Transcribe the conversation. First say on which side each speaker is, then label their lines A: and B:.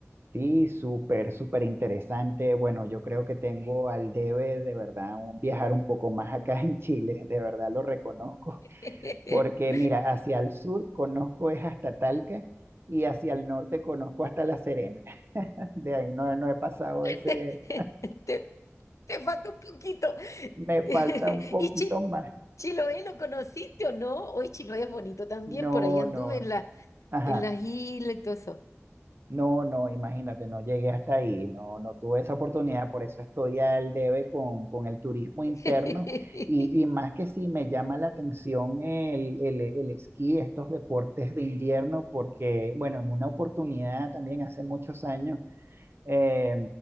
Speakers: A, on the right (about 50°); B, on the left (about 85°).
A: Sí, súper, súper interesante. Bueno, yo creo que tengo al debe de verdad un- viajar un poco más acá en Chile, de verdad lo reconozco,
B: <laughs>
A: porque mira, hacia el sur conozco es hasta Talca y hacia el norte conozco hasta La Serena. <laughs> De ahí no, no he pasado de ese,
B: Te, te te falta un poquito.
A: Me falta
B: <laughs>
A: un poquito
B: Y Chil-
A: más.
B: Chiloé, ¿lo conociste o no? Hoy Chiloé es bonito también.
A: No,
B: Por ahí anduve
A: no,
B: en la,
A: ajá.
B: en las islas y todo eso.
A: No, no, imagínate, no llegué hasta ahí, no, no tuve esa oportunidad, por eso estoy al debe con, con el turismo interno
B: <laughs>
A: y, y más que sí me llama la atención el, el, el esquí, estos deportes de invierno, porque, bueno, en una oportunidad también hace muchos años eh,